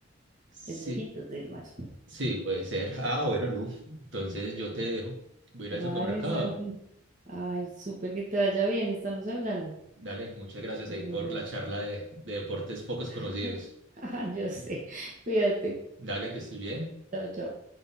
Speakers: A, on the right (about 60°); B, on the right (about 40°).
A: Sí,
B: es lejitos del mar.
A: sí, puede ser. Ah, bueno, Lu. Entonces yo te dejo. Voy a ir
B: Vale,
A: al supermercado.
B: Santi. Ay, súper que te vaya bien, estamos hablando.
A: Dale, muchas gracias
B: Bueno,
A: ahí por la charla de, de deportes pocos
B: <laughs>
A: conocidos.
B: yo sé. Cuídate.
A: Dale, que estés bien.
B: Chao, chao.